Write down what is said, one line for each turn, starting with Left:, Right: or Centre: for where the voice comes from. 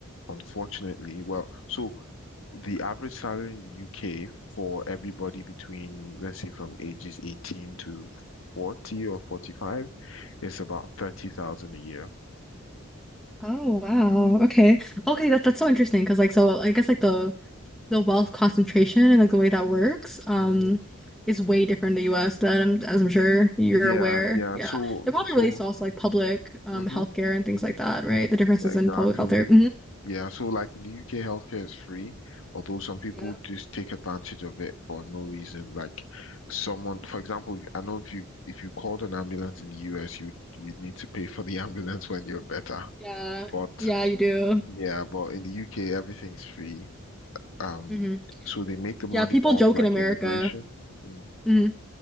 Left: unfortunately, well, so the average salary in the UK for everybody between, let's say, from ages 18 to 40 or 45 is about 30,000 a year.
Centre: Oh wow. Okay. Okay, that's that's so interesting because like so I guess like the the wealth concentration and like the way that works um
Left: hmm
Centre: is way different in the US than I'm, as I'm sure you're
Left: Yeah,
Centre: aware.
Left: yeah.
Centre: Yeah.
Left: So,
Centre: They're probably
Left: so,
Centre: relates to also like public um
Left: mhm,
Centre: healthcare and things like that, right? The differences
Left: exactly.
Centre: in public healthcare. hmm
Left: Yeah, so like in the UK, healthcare is free, although some people
Centre: Yeah.
Left: just take advantage of it for no reason. Like someone, for example, if- I know if you if you called an ambulance in the US, you you'd need to pay for the <laughs> ambulance when you're better.
Centre: Yeah.
Left: But
Centre: Yeah, you do.
Left: yeah, but in the UK, everything's free. Um,
Centre: hmm
Left: so they make the money
Centre: Yeah, people
Left: off
Centre: joke
Left: like
Centre: in America.
Left: immigration. Hmm
Centre: hmm